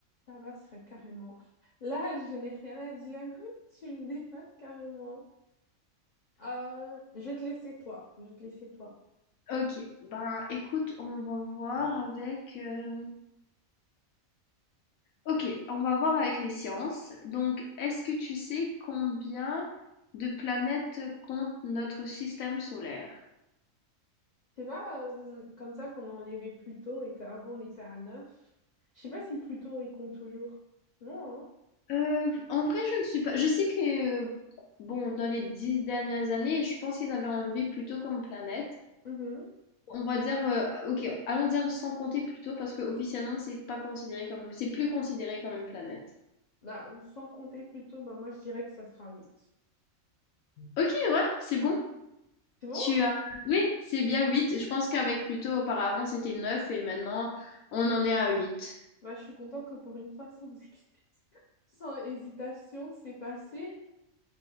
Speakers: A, on the left (about 45°); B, on the left (about 80°).
A: tabasserais carrément. Là, je n'ai rien à dire. <laughs> Tu me dépasses carrément. Euh, je vais te laisser toi. Je vais te laisser toi.
B: Ok, ben écoute, on va voir avec. euh, Ok, on va voir avec les sciences. Donc, est-ce que tu sais combien de planètes compte notre système solaire?
A: C'est pas euh, comme ça qu'on a enlevé plus tôt et qu'avant on était à neuf Je sais pas si plus tôt il compte toujours. Non,
B: Euh, en vrai, je ne suis pas. Je sais que, euh, bon, dans les dix dernières années, je pense qu'ils avaient enlevé plutôt comme planète.
A: hein? Mhm.
B: On va dire, euh, ok, allons dire sans compter plutôt parce que officiellement, c'est pas considéré comme, c'est plus considéré comme une planète.
A: Bah, sans compter plus tôt, bah moi je dirais que ça sera huit
B: Ok, ouais, c'est bon.
A: C'est bon?
B: Tu as, oui, c'est bien 8. Je pense qu'avec Pluto, auparavant, c'était 9 et maintenant, on en est à 8.
A: Bah je suis contente que pour une fois <laughs> sans excès. Sans hésitation, c'est passé.